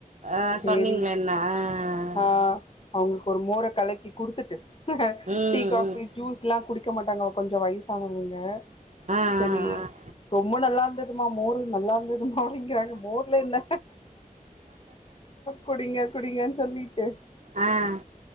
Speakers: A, on the right; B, on the left.
A: அஹ்
B: சேரி
A: சொன்னீங்களா என்ன ஆஹ்
B: ஆ அவங்களுக்கு ஒரு மோரை கலக்கி குடுத்துட்டு
A: ம்
B: டீ காஃபி
A: ம்
B: ஜூஸ் எல்லா குடி டிக்க மாட்டாங்க கொஞ்ச வயசானவதுங்க
A: ஆ ஆ
B: சரி ரொம்ப நல்லா ததுமா மோர் நல்லா டிங்கிறாங்க மோர்ல என்ன குடிங்க குடிங்கன்னு சொல்லிட்டு
A: ஆஹ்